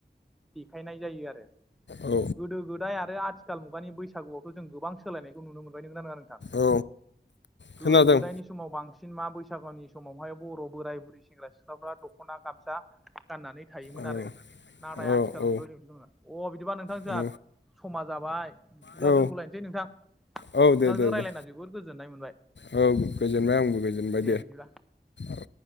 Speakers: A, in the centre; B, on the left (about 70°).
A: देखायनाय जायो आरो
B: औ
A: गोदो गोदाय आरो आथिखाल मुगानि बैसागुआथ जों गोबां सोलायनायखौ नुनो मोनबाय
B: औ
A: <unintelligible>
B: खोनादों
A: गोदो गोदायनि समाव बांसिन <unintelligible> बैसागुनि समावहाय बर' बोराय बुरै सेंग्रा सिख्लाफ्रा दख'ना गामसा गाननानै थायोमोन
B: औ
A: आरो <unintelligible>
B: औ औ
A: अ बिदिबा नोंथां जों
B: औ
A: <unintelligible> <unintelligible> जाबाय बिदिब्ला
B: औ
A: दोनथ'लायनोसै नोंथां
B: औ
A: नोंथांजों
B: दे दे
A: रायलायना
B: दे
A: जोबद गोजोननाय मोनबाय
B: औ गोजोनबाय आंबो गोजोनबाय
A: दे बिदिबा
B: औ